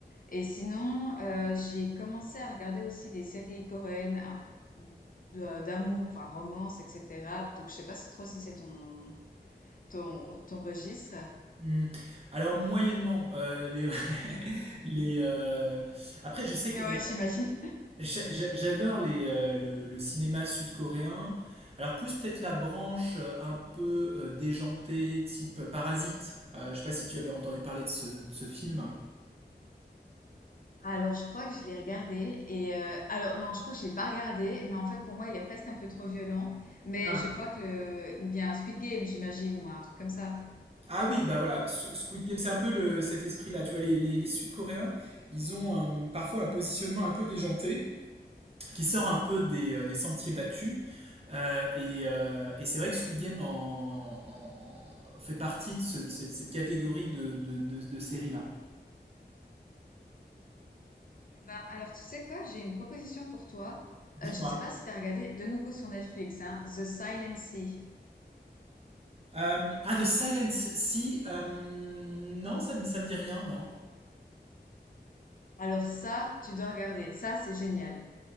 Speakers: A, on the left (about 50°); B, on the right (about 35°).
A: Et sinon, euh, j'ai commencé à regarder aussi des séries coréennes un- de- d'amour, enfin, romance, etc. Donc, je sais pas si trop si c'est ton, ton, ton registre.
B: Hmm. Alors moyennement euh, les <laughs> les euh, après je sais
A: Ouais,
B: que bon,
A: j'imagine.
B: j'a- j'a- j'adore les euh, le, le cinéma sud-coréen alors plus peut-être la branche euh, un peu euh, déjantée type Parasite Euh, je sais pas si tu avais entendu parler de ce, de ce film
A: Alors, je crois que je l'ai regardé et euh, alors non, je crois que je l'ai pas regardé, mais en fait pour moi il est presque un peu trop violent. Mais
B: Ah.
A: je crois que le ou bien Squid Game, j'imagine, ou un truc comme ça.
B: Ah oui bah voilà S- Squid Game c'est un peu le cet esprit-là tu vois les, les, les Sud-Coréens ils ont un- parfois un positionnement un peu déjanté qui sort un peu des, euh, des sentiers battus. Euh, et, euh, et c'est vrai que Squid Game en, en- en- fait partie de, ce- de cette, catégorie de, de, de, de séries-là.
A: Ben, alors, tu sais quoi? J'ai une proposition pour toi.
B: Dis-moi.
A: Euh, je sais pas si tu as regardé de nouveau sur Netflix, hein, The Silent Sea.
B: Euh, ah, de Silence Sea. euh, non, ça me, ça me dit rien, non.
A: Alors ça, tu dois regarder. Ça, c'est génial.